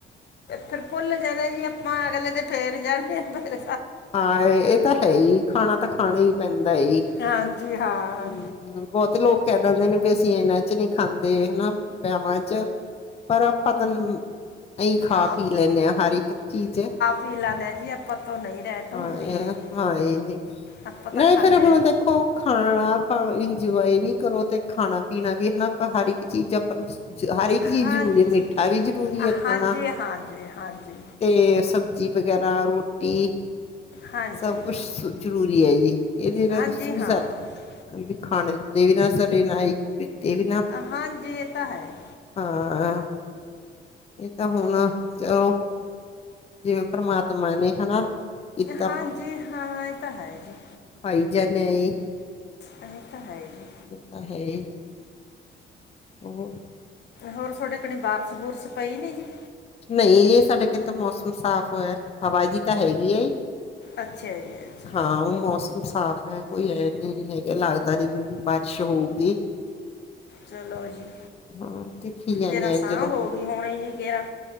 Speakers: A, on the left (about 60°); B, on the left (about 30°).
A: ਫਿਰ ਭੁੱਲ ਜਾਣਾ ਜੀ ਆਪਾਂ, ਅਗਲੇ ਤੇ ਫੇਰ ਜਾਦੇ ਆ ਮੇਰੇ
B: ਹਾਂ ਇਹ ਤਾਂ ਹੈ ਹੀ ਖਾਣਾ ਤਾਂ ਖਾਣਾ ਹੀ ਪੈਂਦਾ ਈ
A: ਹਾਂ ਹਾਂਜੀ ਹਾਂ
B: ਬਹੁਤੇ ਲੋਕ ਕਹਿ ਦਿੰਦੇ ਨੇ ਵੀ ਅਸੀਂ ਇਹਨਾਂ ਚ ਨਹੀਂ ਖਾਂਦੇ ਹੈਨਾ, ਵਿਆਹਾਂ ਚ ਪਰ ਆਪਾਂ ਤੈਨੂੰ, ਅਸੀਂ ਖਾ
A: ਨਾ
B: ਪੀ ਲੈਂਦੇ ਹਾਂ ਹਰ ਇੱਕ ਚੀਜ਼ ਹੈ
A: ਪੀਲਾ ਨੇ ਜੀ ਆਪਾਂ ਤੋਂ ਨਹੀਂ ਰਹਿਤ
B: ਹਾਂ
A: ਹੁੰਦੀ
B: ਏ ਹੈ,
A: ਹੈਗੀ
B: ਹਾਂ ਏ ਜੀ,
A: ਆਪਾਂ ਤਾਂ
B: ਨਹੀਂ
A: ਖਾਂਦੇ
B: ਫੇਰ ਹੁਣ ਦੇਖੋ ਖਾਣਾ ਆਪਾਂ ਇੰਜੋਏ ਵੀ ਕਰੋ ਤੇ ਖਾਣਾ ਪੀਣਾ ਵੀ ਹਨਾ ਆਪਾਂ ਹਰ ਇੱਕ ਚੀਜ਼ ਆਪਾਂ ਨੂੰ ਹਰ ਇੱਕ ਚੀਜ਼
A: ਹਾਂ
B: ਜ਼ਰੂਰੀ
A: ਜੀ
B: ਹੈ, ਮਿੱਠਾ ਵੀ ਜ਼ਰੂਰੀ
A: ਹਾਂਜੀ
B: ਹੈ ਖਾਣਾ
A: ਹਾਂਜੀ ਹਾਂਜੀ ਹਾਂਜੀ
B: ਤੇ ਸਬਜ਼ੀ ਵਗੈਰਾ ਰੋਟੀ
A: ਹਾਂਜੀ
B: ਸਭ ਕੁਛ ਜ਼ਰੂਰੀ ਹੈਜੀ, ਇਹਦੇ ਨਾਲ
A: ਹਾਂਜੀ
B: ਕੁਛ ਨੀ
A: ਹਾਂ
B: ਸਰ ਵੀ ਖਾਣੇ ਦਦੇ ਵੀ ਨਾ ਸਰੇ ਨਾਲ ਇੱਕ ਪੀਤੇ ਵੀ ਨਾ
A: ਹਾਂਜੀ ਇਹ ਤਾਂ
B: <unintelligible>
A: ਹੈ
B: ਹਾਂ ਇਹ ਤਾਂ ਹੁਣ ਚਲੋ ਜਿਵੇਂ ਪਰਮਾਤਮਾ ਨੇ ਹਨਾ ਕੀਤਾ
A: ਹਾਂਜੀ
B: ਆਪਾਂ
A: ਹਾਂ ਇਹ ਤਾਂ ਹੈ ਹੀ ਐ
B: ਖਾਈ ਜਾਨੇ ਆ ਅਸੀਂ
A: ਹਾਂ ਏ ਤਾਂ ਹੈ ਹੀ।
B: ਔ ਤਾਂ ਹੈ ਈ ਉਹ
A: ਹੋਰ ਤੁਹਾਡੇ ਕਣੀ ਬਾਰਸ਼ ਬੁਰਸ਼ ਪਈ ਨੀ ਜੀ।
B: ਨਹੀਂ ਯੈ ਸਾਡੇ ਕਿੱਥੋਂ ਮੌਸਮ ਸਾਫ਼ ਹੋਇਆ ਏ, ਹਵਾ ਜੀ ਤਾਂ ਹੈਹੀ ਹੈ।
A: ਅੱਛਾ ਜੀ ਅੱਛਾ।
B: ਹਾਂ ਮੌਸਮ ਸਾਫ ਹੈ, ਕੋਈ ਐਨ ਨੀ ਹੈਗਾ, ਲੱਗਦਾ ਨੀ ਵੀ ਬਾਰਿਸ਼ ਹੋਊਗੀ।
A: ਚਲੋ ਜੀ,
B: ਹਾਂ ਦੇਖੀ ਜਾਂਦੇ
A: ਤੇਰਾ
B: ਆ
A: ਸਾਝ
B: ਜਦੋਂ
A: ਹੋ ਗਈ ਹੁਣੇ ਜੀ ਗਿਆ